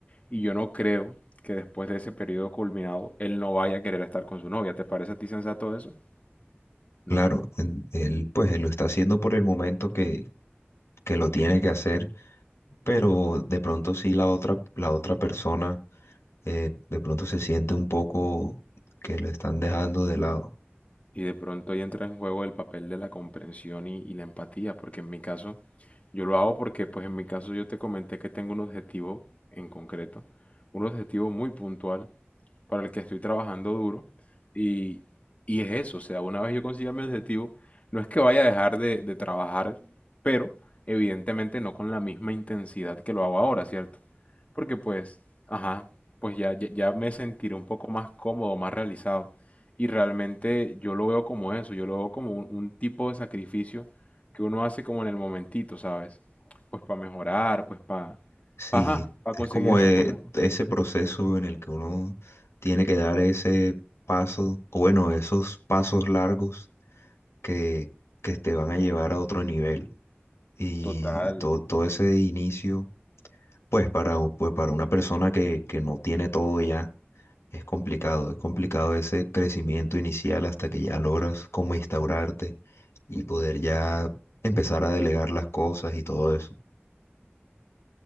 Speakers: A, on the left; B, on the left.
A: Y yo no creo que después de ese periodo culminado él no vaya a querer estar con su novia. ¿Te parece a ti sensato eso? No.
B: Claro, en- él pues él lo está haciendo por el momento que, que lo tiene que hacer, pero de pronto sí la otra, la otra persona eh, de pronto se siente un poco que lo están dejando de lado.
A: Y de pronto ahí entra en juego el papel de la comprensión y, y la empatía, porque en mi caso, yo lo hago porque, pues en mi caso yo te comenté que tengo un objetivo en concreto, un objetivo muy puntual para el que estoy trabajando duro y, y es eso, o sea, una vez yo consiga mi objetivo, no es que vaya a dejar de, de trabajar, pero evidentemente no con la misma intensidad que lo hago ahora, ¿cierto? Porque pues, ajá, pues ya, ya, ya me sentiré un poco más cómodo, más realizado. Y realmente yo lo veo como eso, yo lo veo como un, un tipo de sacrificio que uno hace como en el momentito, ¿sabes? Pues para mejorar, pues para,
B: Sí,
A: para, conseguir
B: es como
A: esas
B: eh,
A: cosas.
B: ese proceso en el que uno tiene que dar ese paso, o bueno, esos pasos largos que, que te van a llevar a otro nivel. Y
A: Total.
B: todo, todo ese inicio, pues para, u- pues para una persona que, que no tiene todo ya, Es complicado, es complicado ese crecimiento inicial hasta que ya logras como instaurarte y poder ya empezar a delegar las cosas y todo eso.